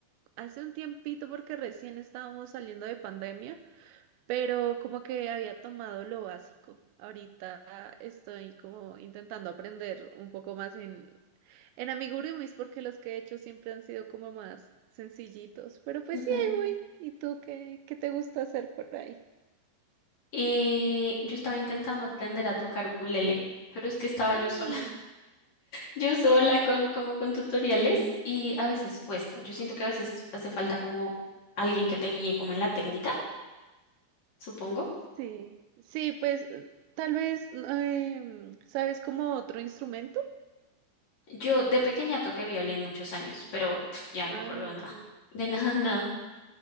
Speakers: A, on the right (about 80°); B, on the left (about 45°).
A: hace un tiempito porque recién estábamos saliendo de pandemia, pero como que había tomado lo básico. Ahorita estoy como intentando aprender un poco más en En amigurumis, porque los que he hecho siempre han sido como más sencillitos. Pero pues
B: Ujú.
A: sí, ahí voy. ¿Y tú qué, qué te gusta hacer por ahí?
B: Eh, yo estaba intentando aprender a tocar ukulele, pero es que estaba
A: Ah,
B: yo sola. Yo sola con como con tutoriales y a veces cuesta. Yo siento que a veces hace falta como alguien que te guíe como en la técnica, supongo.
A: sí. Sí, pues eh, tal vez, em, ¿sabes como otro instrumento?
B: Yo de pequeña toqué violín muchos años, pero <sniffs> pf, ya no
A: Ah,
B: me acuerdo de
A: ok.
B: nada. De <laughs> nada, nada.